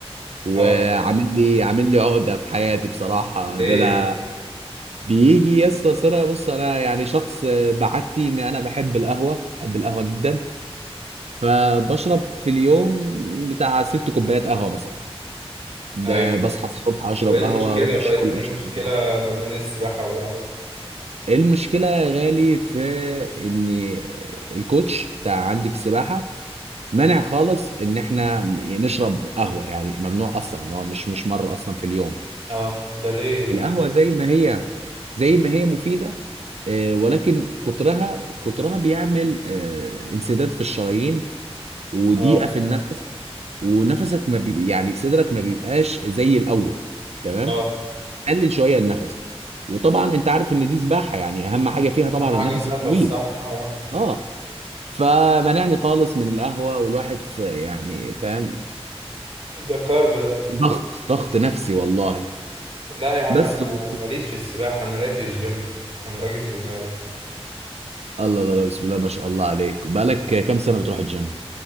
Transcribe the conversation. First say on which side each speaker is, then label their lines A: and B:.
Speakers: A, on the right; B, on the right.
A: وعامل
B: اه
A: لي عامل لي عقده في حياتي بصراحه
B: ليه
A: ده انا
B: يا عم
A: بيجي يا اسطى أصل انا بص انا يعني شخص آه، بعادتي ان انا بحب القهوه بحب القهوه جدا فبشرب في اليوم بتاع ست كوبايات قهوه مثلا ده
B: ايوه
A: بصحى الصبح اشرب
B: طب ايه
A: قهوه
B: المشكله
A: اروح الشغل
B: طيب ايه المشكله
A: اشرب قهوه
B: ما بين السباحه والقهوه
A: المشكله يا غالي في ان الكوتش بتاع عندي في السباحه مانع خالص ان احنا نشرب قهوه يعني ممنوع اصلا ان هو مش مش مره اصلا في اليوم
B: اه ده ليه ده
A: القهوه زي ما هي زي ما هي مفيده آه، ولكن كترها كترها بيعمل آه، انسداد في الشرايين وضيقه
B: اه
A: في النفس ونفسك ما بي يعني صدرك ما بيبقاش زي الاول تمام
B: اه
A: قلل شويه النفس وطبعا انت عارف ان دي سباحه يعني اهم حاجه فيها طبعا
B: اهم حاجه
A: النفس
B: النفس
A: الطويل
B: صح اه
A: اه فمنعني خالص من القهوه والواحد في يعني فاهم
B: ده كارب ده
A: ضغط ضغط نفسي والله
B: لا يا عم
A: بس
B: انا
A: الله
B: ماليش في السباحه انا ليا في الجيم انا راجل جيماوي
A: الله الله بسم الله ما شاء الله عليك وبقالك كام سنة بتروح الجيم؟